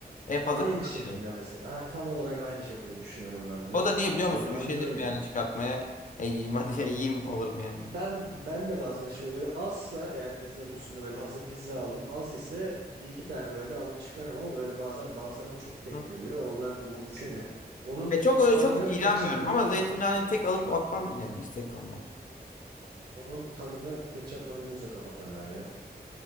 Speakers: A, on the left; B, on the right.
A: En fazla
B: Aynı
A: pizza
B: şekilde
A: da yerim.
B: mesela. Ha, tam olarak aynı şekilde düşünüyorum ben de.
A: O da niye
B: Hani
A: biliyor musun?
B: anca
A: Üşenirim
B: öyle.
A: yani çıkartmaya. E yiyeyim hadi ya, yiyeyim olurum yani.
B: Ben ben de bazen şey böyle azsa eğer pizzanın üstünde böyle hazır pizza aldım az ise bir iki tane böyle alıp çıkarım ama böyle bazen bazılarına çok denk
A: Hı.
B: geliyor. Onlar bu üşeniyorum. Onun
A: Ve çok öyle
B: tadını
A: çok iğrenmiyorum
B: ketçap mayonezle
A: ama zeytini
B: kapatıyorum.
A: hani tek alıp atmam yani hiç zevk almam.
B: Onun tadını ketçap mayonezle kapatıyorum ben ya.